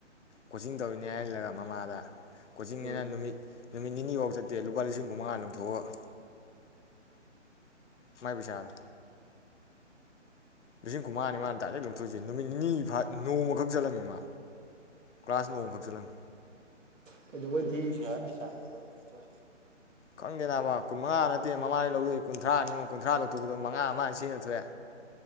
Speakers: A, on the left (about 70°); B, on the right (about 80°).
A: ꯀꯣꯆꯤꯡ ꯇꯧꯂꯤꯅꯦ ꯍꯥꯏꯔꯒ ꯃꯃꯥꯗ ꯀꯣꯆꯤꯡ
B: ꯎꯝ
A: ꯅꯦꯅ ꯅꯨꯃꯤꯠ ꯅꯨꯃꯤꯠ ꯅꯤꯅꯤ ꯕꯥꯏ ꯆꯠꯇꯦ ꯂꯨꯄꯥ ꯂꯤꯁꯤꯡ ꯀꯨꯟ ꯃꯉꯥ ꯂꯪꯊꯣꯛꯑꯒ ꯃꯥꯏ ꯄꯩꯁꯥꯗꯣ ꯂꯤꯁꯤꯡ ꯀꯨꯟ ꯃꯉꯥꯅꯤ ꯃꯥꯅ ꯗꯥꯏꯂꯦꯛ ꯂꯪꯊꯣꯛꯏꯁꯦ ꯅꯨꯃꯤꯠ ꯅꯤꯅꯤ ꯐꯥ ꯅꯣꯡꯃ ꯈꯔ ꯆꯠꯂꯝꯃꯦ ꯃꯥ ꯀ꯭ꯂꯥꯁ ꯅꯣꯡꯃꯈꯛ ꯆꯠꯂꯝ
B: ꯀꯩꯗꯧꯕꯩ ꯊꯤꯔꯤꯅꯤꯍꯥꯏ ꯄꯩꯁꯥꯅꯣꯕ ꯑꯗꯣꯏꯗꯤ
A: ꯈꯪꯗꯦ ꯅꯝꯊꯥꯛ ꯀꯨꯟ ꯃꯉꯥ ꯅꯠꯇꯦ ꯃꯃꯥꯗꯩ ꯂꯧꯔꯥꯗꯣ ꯀꯨꯟꯊ꯭ꯔꯥꯅꯤ ꯌꯥꯡꯉꯨ ꯀꯩꯟꯊ꯭ꯔꯥ ꯂꯧꯊꯣꯛꯄꯗ ꯃꯉꯥ ꯑꯃ ꯃꯥꯅ ꯁꯤꯖꯤꯟꯅꯊꯣꯛꯑꯦ